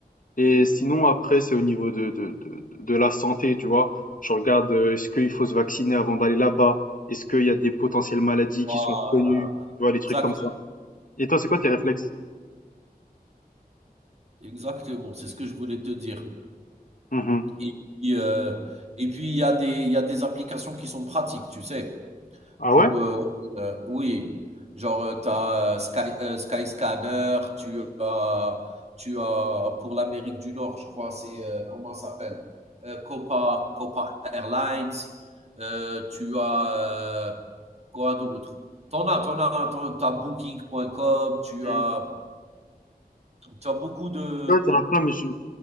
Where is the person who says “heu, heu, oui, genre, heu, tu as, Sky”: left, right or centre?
Right